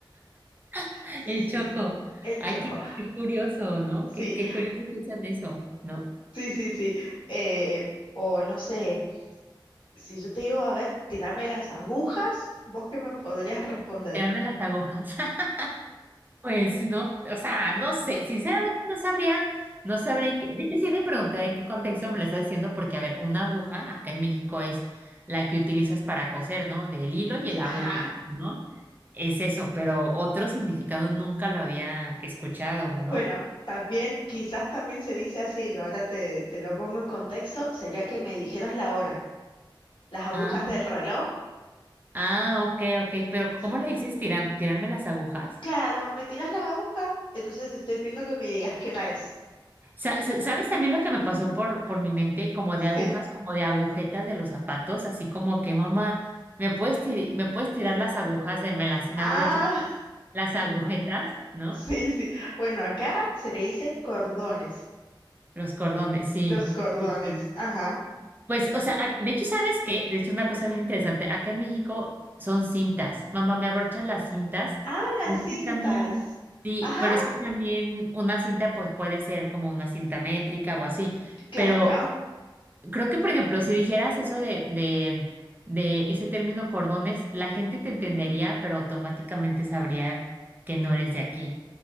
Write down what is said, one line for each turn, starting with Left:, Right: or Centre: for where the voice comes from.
Right: <laughs>
Left: Sí,
Right: el
Left: sí,
Right: choco.
Left: sí. El
Right: Ay,
Left: choco.
Right: qué, qué curioso, ¿no?
Left: Sí,
Right: Qué, qué curioso que usan eso, ¿no?
Left: sí, sí, sí. Eh, o no sé, si yo te digo, a ver, tirarme las agujas, ¿vos qué me podrías responder?
Right: Tirarme las agujas. <laughs> Pues no, o sea, no sé, sinceramente no sabría, no sabría en qué, de hecho sí me pregunté en qué contexto me lo está diciendo, porque a ver, una aguja acá en México es la que utilizas para coser, ¿no? Del hilo y la
Left: Ajá.
Right: aguja, ¿no? Es eso, pero otro significado nunca lo había escuchado, ¿no?
Left: Bueno, también, quizás también se dice así, yo ahora te, te lo pongo en contexto, sería que me dijeras la hora, las agujas
Right: Ah,
Left: del reloj.
Right: ah, ok, ok, pero ¿cómo
Left: Sí,
Right: le dices tiram- tirarme las agujas?
Left: claro, me tiras las agujas, entonces te estoy pidiendo que me digas qué hora es.
Right: Sa- sa- ¿Sabes también lo que me pasó por, por mi mente? Como
Left: Sí.
Right: de agujas, como de agujetas de los zapatos, así como que mamá, ¿me puedes, ti- me puedes tirar las agujas de, me las, me
Left: Ah,
Right: abrochas las agujetas,
Left: <laughs>
Right: ¿no?
Left: sí, sí. Bueno, acá se le dice cordones,
Right: Los cordones, sí,
Left: los cordones,
Right: sí, sí.
Left: ajá.
Right: Pues, o sea, ac- de hecho, ¿sabes qué? De hecho, es una cosa bien interesante. Acá en México son cintas. Mamá, ¿me abrochas las cintas?
Left: Ah, las
Right: Pero es
Left: cintas.
Right: que también, sí,
Left: Ajá,
Right: pero es que también una cinta, pues puede ser como una cinta métrica o así.
Left: claro.
Right: Pero Creo que, por ejemplo, si dijeras eso de, de, de ese término cordones, la gente te entendería, pero automáticamente sabría que no eres de aquí,